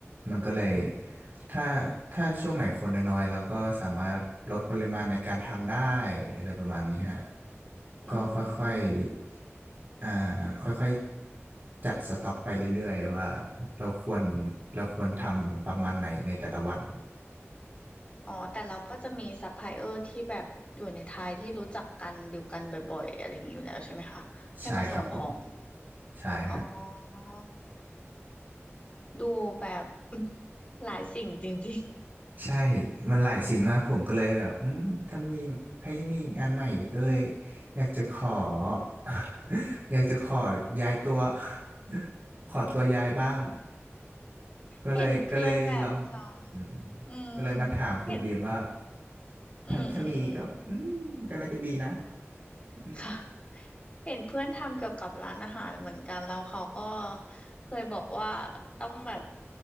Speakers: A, on the right; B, on the left.
A: มันก็เลยถ้าถ้าช่วงไหนคนน้อยๆเราก็สามารถลดปริมาณในการทำได้อะไรประมาณนี้ฮะ
B: อืม
A: ก็ค่อยๆอ่าค่อยๆจัดสต็อกไปเรื่อยๆว่าเราควรเราควรทำประมาณไหนในแต่ละวัน
B: อ๋อแต่เราก็จะมีซัพพลายเออร์ที่แบบอยู่ในไทยที่รู้จักกันอยู่กันบ่อยๆอะไรอย่างนี้อยู่แล้วใช่ไหมคะให้มาส่งของ
A: ใช่ครับผมใช่ฮะ
B: อ๋อดูแบบ <clears throat> หลายสิ่งจริง
A: ใช่มันหลายสิ่งมากผมก็เลยแบบอืมถ้ามีถ้ามีงานใหม่ก็เลยอยากจะขอ <laughs> อยากจะขอย้ายตัว <laughs> ขอตัวย้ายบ้างก็เลยก็เลยลอง
B: เห็นเพื่อนแบบท
A: อืม
B: ำอืม
A: ก็เลยมาถามคุณบีมว่า
B: เห็นอืมอืมอืม
A: ถ้าถ้ามีก็อืมก็น่าจะดีนะอ
B: ค่ะเห็นเพื่อนทำเกี่ยวกับร้านอาหารเหมือนกันแล้วเขาก็เคยบอกว่าต้องแบบ